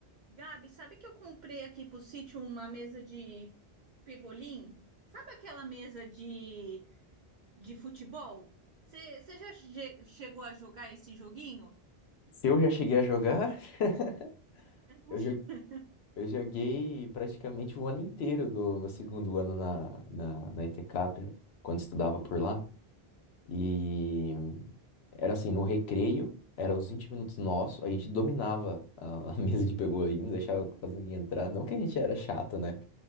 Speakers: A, on the right; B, on the left.
A: Gabi, sabe que eu comprei aqui pro sítio uma mesa de pebolim? Sabe aquela mesa de, de futebol? Você já che- chegou a jogar esse joguinho?
B: Se eu já cheguei a jogar, <laughs>
A: <laughs>
B: eu jo- eu joguei praticamente o ano inteiro do meu segundo ano na, na, na ETCAP, quando estudava por lá. E era assim, no recreio, era os 20 minutos nosso, a gente dominava a, a <laughs> mesa de pebolim, não deixava quase ninguém entrar. Não que a gente era chato, né?